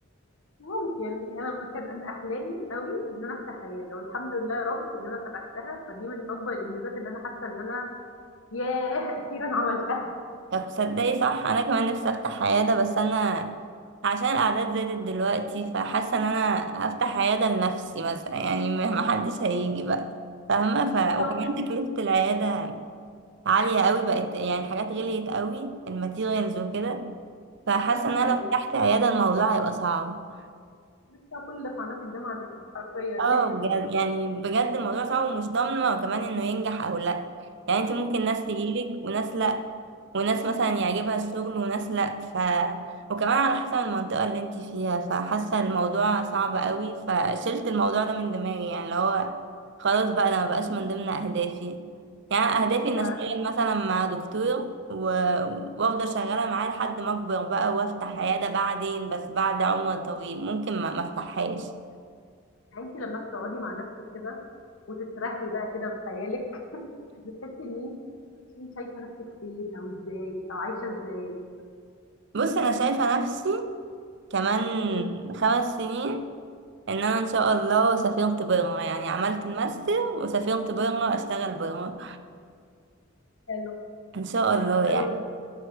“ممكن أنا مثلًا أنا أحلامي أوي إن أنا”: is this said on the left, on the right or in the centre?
Left